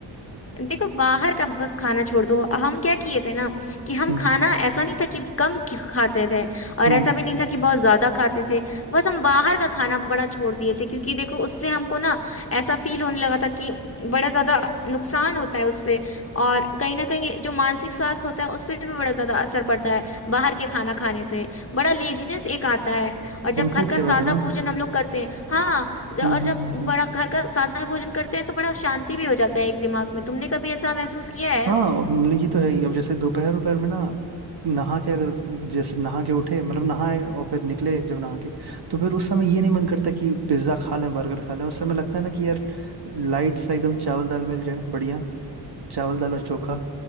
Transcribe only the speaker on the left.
देखो बाहर का बस खाना छोड़ दो हम क्या किए थे ना कि हम
खाना ऐसा नहीं था कि कम खि- खाते थे और
ऐसा भी नहीं था कि बहुत ज्यादा खाते थे बस हम बाहर का खाना बड़ा छोड़ दिए थे क्योंकि देखो उससे हमको ना ऐसा फील होने लगा था कि बड़ा ज्यादा नुकसान होता है उससे और कहीं ना कहीं जो मानसिक स्वास्थ्य होता है उस पर भी बड़ा ज्यादा असर पड़ता है बाहर के खाना खाने से बड़ा लेजीनेस एक आता है और
जब घर
का
सादा
भोजन हम लोग करते हैं हाँ ज-
और
जब
बड़ा घर का सादा भोजन करते हैं तो बड़ा शांति भी हो जाता है एक दिमाग में तुमने कभी ऐसा महसूस किया है